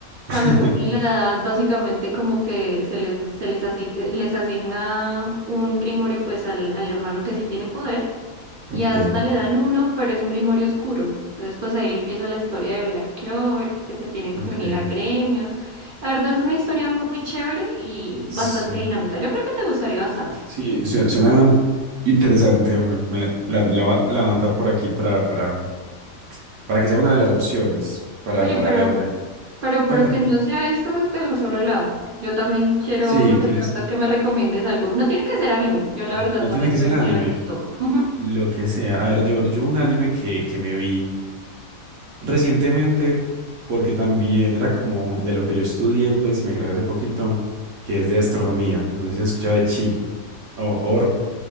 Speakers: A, on the right; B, on the right.
A: cuando
B: <laughs>
A: cumplen la edad, básicamente como que se les, se les, asi- eh, les asigna un grimorio pues al, al hermano que sí tiene poder y
B: Ok,
A: hasta le dan uno, pero es un Grimorio oscuro. Entonces, pues ahí empieza la historia de Black Clover, porque se tienen
B: ok.
A: que unir a gremios. La verdad es una historia muy chévere y
B: Sí,
A: bastante dinámica. Yo creo que te gustaría bastante.
B: sí, su- suena interesante, hombre. Me- la, la voy a la anotar por aquí para, para, para que sea una de las opciones para,
A: Oye,
B: para
A: pero,
B: verme.
A: pero,
B: Cuéntame.
A: pero que no sea esto desde un solo lado. Yo también quiero
B: Sí,
A: de
B: ¿quieres?
A: pronto que me recomiendes algo. No tiene que ser anime. Yo la verdad
B: No
A: también
B: tiene que
A: soy
B: ser
A: muy
B: anime.
A: a ver de todo. Ujú.
B: Lo que sea. A ver, yo, yo un anime que, que me vi recientemente, porque también era como de lo que yo estudié, pues, y me gradué hace poquito, que es de astronomía. No sé si has escuchado de Chi o Orb,